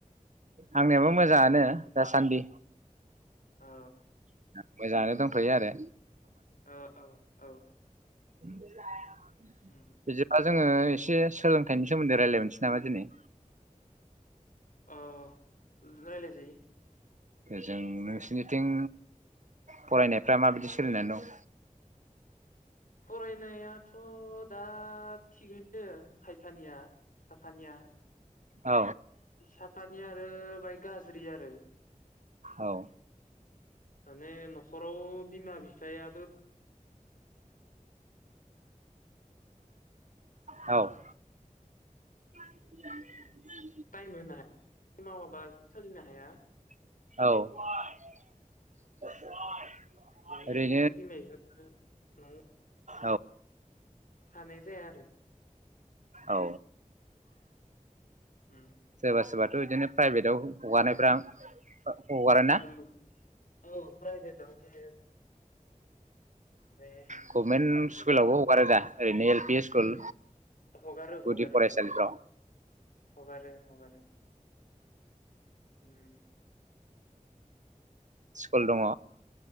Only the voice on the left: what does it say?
अ
ओ औ औ औ
उम
अ रायलाय जायो
फरायनायाथ' दा थिगैनो खायफानिया साफानिया
साफानि आरो बाय गाज्रि आरो
माने न'खराव बिमा बि फायाबो आाबो
टाइम होनो <inaudible> हाया मावाबा सोलिनो हाया
बेनिखायनो
बिमा बिफाफोरा न'आव
थानाय जाया आरो
उम
औ औ प्राइभेटाव <unintelligible> ओमफ्राय
हगारो
हगारो
हगारो हगारो हगारो उम